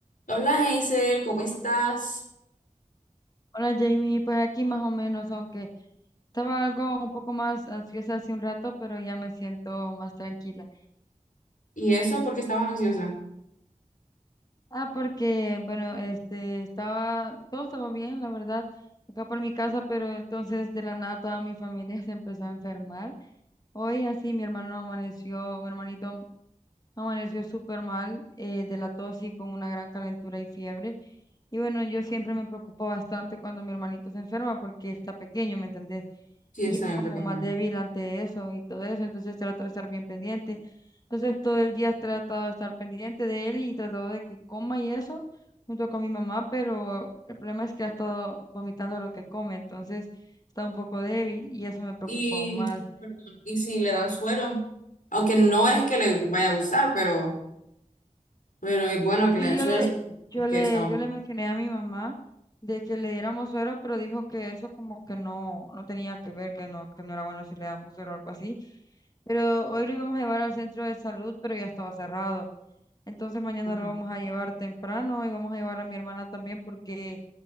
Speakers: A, on the left; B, on the left.
A: Hola Hazel, ¿cómo estás?
B: Hola Jamie, pues aquí más o menos, aunque estaba algo un poco más ansiosa hace un rato, pero ya me siento más tranquila.
A: Y eso porque estabas ansiosa.
B: Ah, porque bueno, este estaba, todo estaba bien, la verdad, acá por mi casa, pero entonces de la nada toda mi familia <laughs> se empezó a enfermar. Hoy así mi hermano amaneció, mi hermanito Amaneció súper mal eh, de la tos y con una gran calentura y fiebre. Y bueno, yo siempre me preocupo bastante cuando mi hermanito se enferma porque está pequeño, ¿me entendés?
A: Sí,
B: Y
A: está
B: es
A: bien,
B: como
A: pequeña.
B: más débil ante eso y todo eso, entonces trato de estar bien pendiente. Entonces todo el día he tratado de estar pendiente de él y tratado de que coma y eso junto con mi mamá, pero el problema es que ha estado vomitando lo que come, entonces está un poco débil y eso me preocupa
A: Y,
B: aún más.
A: perdón, y si le dan suero, aunque no es que le vaya a gustar, pero, pero es bueno que
B: Y
A: le den
B: yo
A: suero
B: le, yo
A: porque
B: le,
A: estaba.
B: yo le mencioné a mi mamá de que le diéramos suero, pero dijo que eso como que no, no tenía que ver, que no, que no era bueno si le damos suero o algo así. Pero hoy lo íbamos a llevar al centro de salud, pero ya estaba cerrado. Entonces mañana
A: Ajá.
B: lo vamos a llevar temprano y vamos a llevar a mi hermana también porque